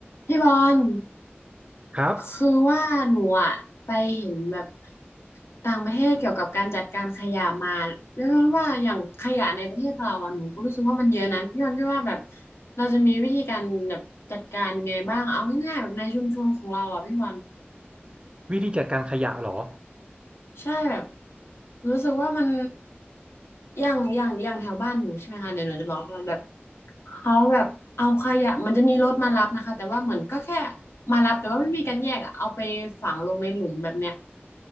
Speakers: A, on the left; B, on the right.
A: พี่บอล
B: ครับ
A: คือว่าหนูอะไปเห็นแบบต่างประเทศเกี่ยวกับการจัดการขยะมาเรียกว่าอย่างขยะในประเทศเราอะหนูก็รู้สึกว่ามันเยอะนะพี่บอลพี่ว่าแบบเราจะมีวิธีการแบบจัดการยังไงบ้างเอาง่ายๆแบบในชุมชนของเราอะพี่บอล
B: วิธีจัดการขยะเหรอ
A: ใช่แบบรู้สึกว่ามันอย่างอย่างอย่างแถวบ้านหนูใช่ไหมคะเดี๋ยวหนูจะบอกว่าแบบเขาแบบเอาขยะมันจะมีรถมารับนะคะแต่ว่าเหมือนก็แค่มารับแต่ว่าไม่มีการแยกอะเอาไปฝังลงในหลุมแบบเนี้ย